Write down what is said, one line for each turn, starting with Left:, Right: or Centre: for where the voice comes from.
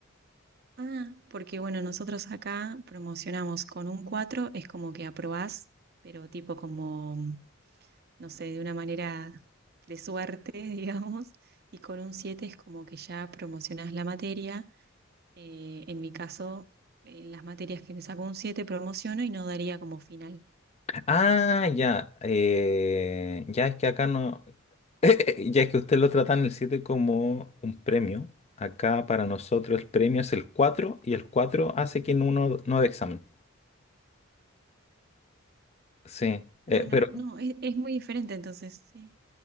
Right: Ah, porque bueno, nosotros acá promocionamos con un 4 es como que aprobás, pero tipo como, no sé, de una manera de suerte, <laughs> digamos. Y con un 7 es como que ya promocionás la materia. Eh, en mi caso, en las materias que me saco un 7 promociono y no daría como final.
Left: Ah, ya. eh, ya es que acá no. <laughs> Ya es que usted lo trata en el 7 como un premio. Acá para nosotros el premio es el 4 y el 4 hace que uno no dé examen. Sí, eh,
Right: Bueno,
Left: pero
Right: no, es, es muy diferente entonces. Sí.